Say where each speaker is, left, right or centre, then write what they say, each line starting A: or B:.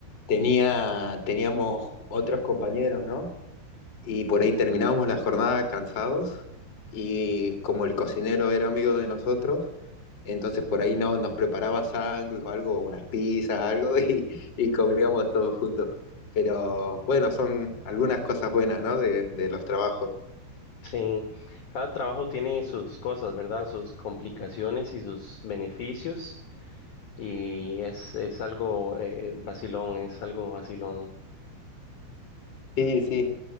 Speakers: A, on the left; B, on the left.
A: tenía, teníamos otros compañeros, ¿no? Y por ahí terminábamos la jornada cansados y como el cocinero era amigo de nosotros, entonces por ahí no, nos preparaba sándwich o algo, unas pizzas, algo <laughs> y, y comíamos todos juntos. Pero bueno, son algunas cosas buenas, ¿no? De, de los trabajos.
B: Sí, cada trabajo tiene sus cosas, ¿verdad? Sus complicaciones y sus beneficios. Y es, es algo eh, vacilón, es algo vacilón.
A: Sí, sí.